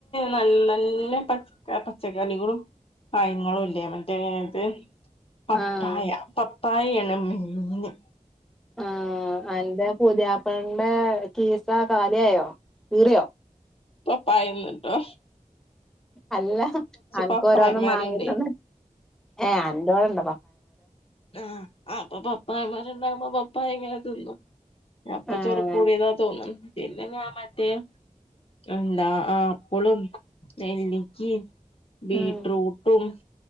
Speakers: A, on the left; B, in the centre.
A: നല്ല് നല്ലെ പച്ച ക്കെ പച്ചക്കറികളും പഴങ്ങളുംല്ലേ മറ്റേ ത് പപ്പായാ
B: ആഹ്
A: പപ്പായേണ് മെയ്ന്
B: ഏഹ് അന്റെ പുത്യാപ്പൾന്റെ കീസ കാലിയായോ കീറിയോ
A: പപ്പായന്ന്ട്ടോ
B: അല്ല അൻക്ക്
A: പപ്പായമാരുണ്ടേ
B: ഓരോന്നും വാങ്ങി തന്ന് ഏഹ് അന്റൊടണ്ടോ.
A: ആഹ് ആഹ് അപ്പോ പപ്പായ മരണ്ടാവുമ്പോ പപ്പായ ഇങ്ങനെ ത് ന്നും. അപ്പോ
B: ഏഹ്
A: ചോറുകൂടിയതാ തോന്നും. പിന്നെ ഞാം മറ്റേ എന്താ ആപ്പ്ളും നെല്ലിക്കിം. ബീറ്റ്റൂട്ടും
B: ഉം